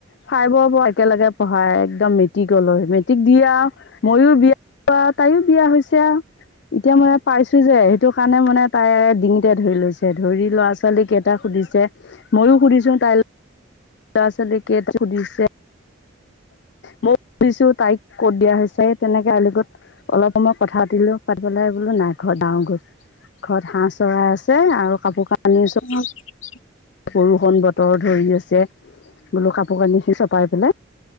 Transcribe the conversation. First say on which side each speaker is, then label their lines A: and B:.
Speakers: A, on the left (about 60°); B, on the left (about 80°).
A: ফাইভৰ পৰা একেলগে পঢ়া একদম মেট্ৰিকলৈ মেট্ৰিক দিয়ে আৰু মইও বিয়া আৰু তাইও বিয়া হৈছে আও এতিয়া মানে পাইছো যে সেইটো কাৰণে মানে তাই ডিঙিতে ধৰি লৈছে ধৰি। ল'ৰা ছোৱালীকেইটা সুধিছে মইয়ো সুধিছো তাইৰ ল'ৰা ছোৱালী কেইটা হোধিছে। মই সুধিছো তাইক ক'ত বিয়া হৈছে এই তেনেকে আ লগ লগত অলপ সময় কথা পাতিলো পাতি পেলাই বোলো নাই ঘৰ জাও কৈছো ঘৰত হাঁহ চৰাই আছে আৰু কাপোৰ কানি চব
B: উম উ <unintelligible>
A: বৰষুণ বতৰ ধৰি আছে বোলো কাপোৰ কানিখিনি চপাই পেলাই